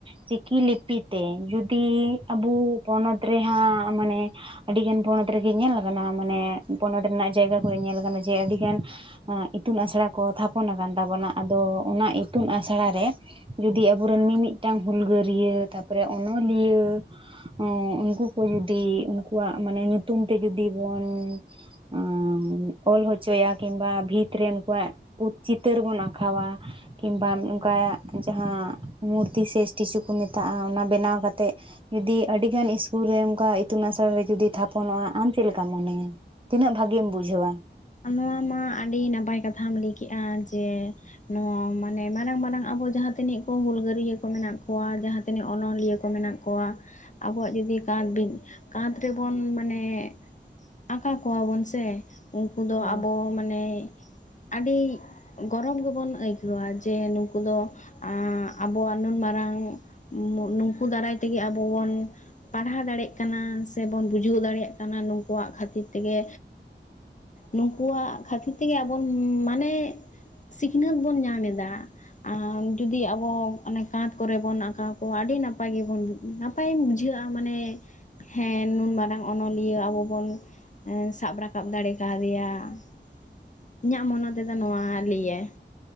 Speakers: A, on the right; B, on the left.
A: ᱪᱤᱠᱤ ᱞᱤᱯᱤ ᱛᱮ ᱡᱩᱫᱤ ᱟᱵᱚ ᱯᱚᱱᱚᱛ ᱨᱮᱦᱟᱸ ᱢᱟᱱᱮ ᱟᱹᱰᱤᱜᱟᱱ ᱯᱚᱱᱚᱛ ᱨᱮᱜᱮ ᱧᱮᱞ ᱟᱠᱟᱱᱟ ᱢᱟᱱᱮ ᱯᱚᱱᱚᱛ ᱨᱮᱱᱟᱜ ᱡᱟᱭᱜᱟ ᱠᱚᱨᱮ ᱧᱮᱞ ᱟᱠᱟᱱᱟ ᱡᱮ ᱟᱹᱰᱤᱜᱟᱱ ᱚᱜ ᱤᱛᱩᱱ ᱟᱥᱲᱟ ᱠᱚ ᱛᱷᱟᱯᱚᱱ ᱟᱠᱟᱱ ᱛᱟᱵᱚᱱᱟ ᱟᱫᱚ ᱚᱱᱟ ᱤᱛᱩᱱ ᱟᱥᱲᱟᱨᱮ ᱡᱚᱫᱤ ᱟᱵᱚᱨᱮᱱ ᱢᱤᱢᱤᱫᱴᱟᱝ ᱦᱩᱞᱜᱟᱹᱨᱭᱟᱹ ᱛᱟᱨᱯᱚᱨᱮ ᱚᱱᱚᱞᱤᱭᱟᱹ <unintelligible> ᱩᱱᱠᱩ ᱠᱚ ᱡᱚᱫᱤ ᱩᱱᱠᱩᱣᱟᱜ ᱢᱟᱱᱮ ᱧᱩᱛᱩᱢ ᱛᱮ ᱡᱚᱫᱤ ᱵᱚᱱ <unintelligible> ᱟ ᱚᱞ ᱦᱚᱪᱚᱭᱟ ᱠᱤᱱᱵᱟ ᱵᱷᱤᱛᱨᱮ ᱩᱱ ᱠᱚᱣᱟ ᱩᱫ ᱪᱤᱛᱟᱹᱨ ᱵᱚᱱ ᱟᱸᱠᱟᱣᱟ᱾ ᱠᱤᱢᱵᱟ ᱚᱱᱠᱟ ᱡᱟᱦᱟᱸ ᱢᱩᱨᱛᱤ ᱥᱮ ᱴᱥᱤᱮᱪᱩ ᱠᱚ ᱢᱮᱛᱟᱜᱼᱟ ᱚᱱᱟ ᱵᱮᱱᱟᱣ ᱠᱟᱛᱮᱫ ᱡᱩᱫᱤ ᱟᱹᱰᱤᱜᱟᱱ ᱤᱥᱠᱩᱞ ᱨᱮ ᱚᱱᱠᱟ ᱤᱛᱩᱱ ᱟᱥᱲᱟᱮ ᱡᱚᱫᱤ ᱛᱷᱟᱯᱚᱱᱚᱜᱼᱟ ᱟᱢ ᱪᱮᱫᱠᱟᱢ ᱢᱚᱱᱮᱭᱟ ᱛᱤᱱᱟᱹᱜ ᱵᱷᱟᱜᱤᱢ ᱵᱩᱡᱷᱟᱹᱣᱟ᱾
B: ᱱᱚᱣᱟ ᱢᱟ ᱟᱹᱰᱤ ᱱᱟᱯᱟᱭ ᱠᱟᱛᱷᱟᱢ ᱞᱟᱹᱭ ᱠᱮᱫᱮᱜᱼᱟ ᱡᱮ ᱱᱚᱣᱟ ᱢᱟᱱᱮ ᱢᱟᱨᱟᱝ ᱢᱟᱨᱟᱝ ᱟᱵᱚ ᱡᱟᱦᱟᱸ <unintelligible> ᱛᱤᱱᱟᱹᱜ ᱠᱚ ᱦᱩᱞᱜᱟᱹᱨᱭᱟᱹ ᱠᱚ ᱢᱮᱱᱟᱜ ᱠᱚᱣᱟ ᱡᱟᱦᱟᱸ ᱛᱤᱱᱟᱹᱜ ᱚᱱᱚᱞᱤᱭᱟᱹ ᱠᱚ ᱢᱮᱱᱟᱜ ᱠᱚᱣᱟ <unintelligible> ᱣᱟ ᱟᱵᱚᱣᱟᱜ ᱡᱩᱫᱤ ᱠᱟᱸᱛ ᱵᱤᱱ ᱠᱟᱸᱛ ᱨᱮᱵᱚᱱ ᱢᱟᱱᱮ ᱟᱸᱠᱟᱣ ᱠᱚᱣᱟᱵᱚᱱ ᱥᱮ ᱩᱱᱠᱩ ᱫᱚ
A: ᱦᱳᱭ
B: ᱟᱵᱚ ᱢᱟᱱᱮ <unintelligible> ᱟᱹᱰᱤ ᱜᱚᱨᱚᱢ ᱜᱮᱵᱚᱱ ᱟᱹᱭᱠᱟᱹᱣᱟ ᱡᱮ ᱱᱩᱠᱩ ᱫᱚ <unintelligible> ᱟᱵᱚᱣᱟᱜ ᱱᱩᱱ ᱢᱟᱨᱟᱝ ᱱᱩᱠᱩ ᱫᱟᱨᱟᱭ ᱛᱮᱜᱮ ᱟᱵᱚ ᱵᱚᱱ ᱯᱟᱲᱦᱟᱣ ᱫᱟᱲᱮᱭᱟᱜ ᱠᱟᱱᱟ ᱥᱮᱵᱚᱱ ᱵᱩᱡᱷᱟᱹᱣ ᱫᱟᱲᱮᱭᱟᱜ ᱠᱟᱱᱟ ᱱᱩᱠᱩᱣᱟᱜ ᱠᱷᱟᱹᱛᱤᱨ ᱛᱮᱜᱮ ᱱᱩᱠᱩᱣᱟᱜ <unintelligible> ᱠᱷᱟᱹᱛᱤᱨ ᱛᱮᱜᱮ ᱟᱵᱚᱱ ᱢᱟᱱᱮ ᱥᱤᱠᱷᱱᱟᱹᱛ ᱵᱚᱱ ᱧᱟᱢ ᱮᱫᱟ᱿ ᱟᱨ ᱡᱩᱫᱤ ᱟᱵᱚ ᱚᱱᱮ ᱠᱟᱸᱛ ᱠᱚᱨᱮ ᱵᱚᱱ ᱟᱸᱠᱟᱣ ᱠᱚᱣᱟ ᱟᱹᱰᱤ ᱱᱟᱯᱟᱭ ᱜᱮᱵᱚᱱ ᱱᱟᱯᱟᱭᱢ ᱵᱩᱡᱷᱟᱹᱜᱼᱟ ᱢᱟᱱᱮ ᱦᱮᱸ ᱱᱩᱱ ᱢᱟᱨᱟᱝ ᱚᱱᱚᱞᱤᱭᱟᱹ ᱟᱵᱚ ᱵᱚᱱ ᱥᱟᱵ ᱨᱟᱠᱟᱵ ᱨᱟᱠᱟᱵ ᱫᱟᱲᱮ ᱠᱟᱣᱫᱮᱭᱟ ᱤᱧᱟᱹᱜ ᱢᱚᱱᱮ ᱛᱮᱫᱚ ᱱᱚᱣᱟ ᱞᱟᱹᱭᱟᱭ